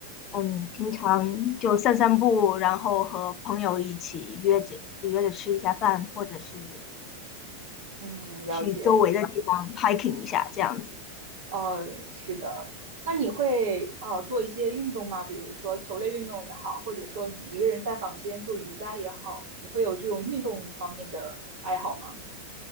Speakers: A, on the left; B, on the right.
A: 嗯，平常就散散步，然后和朋友一起约着约着吃一下饭，或者是
B: 嗯，了解。
A: 去周围的地方 hiking 一下这样子。
B: 呃，是的。那你会呃做一些运动吗？比如说球类运动也好，或者说你一个人在房间做瑜伽也好，你会有这种运动方面的爱好吗？